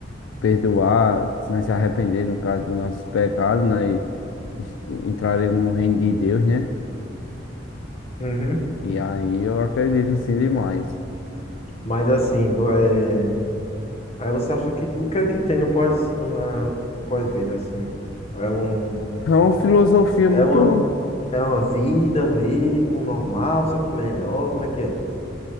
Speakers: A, on the left (about 70°); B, on the left (about 30°).
A: perdoar, se nós se arrepender, no caso dos nossos pecados, nós es- entraremos no reino de Deus, né?
B: Uhum.
A: E aí eu acredito sim demais.
B: Mas assim, vo- é. Aí você acha que o que é que tem no pós no, na, no pós-vida assim? É um
A: É uma filosofia muito.
B: é uma é uma vida mesmo normal, só que melhor, como é que é?